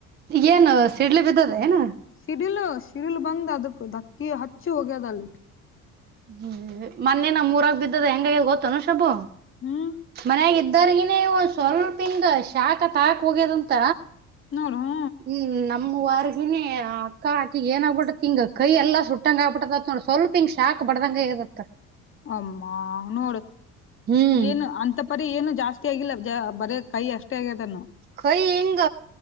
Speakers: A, on the right (about 25°); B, on the left (about 30°).
A: ಈಗ್ ಏನು ಸಿಡ್ಲ್ ಬಿದ್ದದ ಏನು.
B: ಸಿಡಿಲು ಸಿಡಿಲ್ ಬಂದ್ ಅದಕ್ಕ ಧಕ್ಕಿ ಹಚ್ಚಿ ಹೊಗ್ಯದ ಅಲ್ಲಿ.
A: ಹ್ಮ್ ಮೊನ್ನೆ ನಮ್ಮೂರಾಗ ಬಿದ್ದದ ಹೆಂಗ್ ಆಗ್ಯದ ಗೊತ್ತನು ಶಬ್ಬು.
B: ಹ್ಮ್.
A: ಮನ್ಯಾಗ ಇದ್ದರ್ಗಿನೇ ಒ ಸ್ವಲ್ಪಿಂದ ಶಾಖ ತಾಕ್ ಹೋಗ್ಯದಂತ.
B: ನೋಡು ಹೂ.
A: ಹ್ಮ್ ನಮ್ಮ್ ವಾರಗಿನಿ ಅಕ್ಕಾ ಆಕಿಗ್ ಏನ್ ಆಗ್ಬಿಟ್ಟತ್ ತಿಂಗ ಕೈ ಎಲ್ಲ ಸುಟ್ಟಂಗ ಆಬಿಟ್ಟದದ್ ನೋಡು. ಸ್ವಲ್ಪ ಹಿಂಗ್ ಶಾಕ್ ಬಡ್ದಂಗೆ ಆಗ್ಯದಂತ.
B: ಅಮ್ಮ ನೋಡು.
A: ಹ್ಮ್
B: ಏನು ಅಂತ ಪರಿ ಏನು ಜಾಸ್ತಿ ಆಗಿಲ್ಲ ಬರೇ ಕೈ ಅಷ್ಟೇ ಆಗ್ಯದನ್ನು.
A: ಕೈ ಹಿಂಗ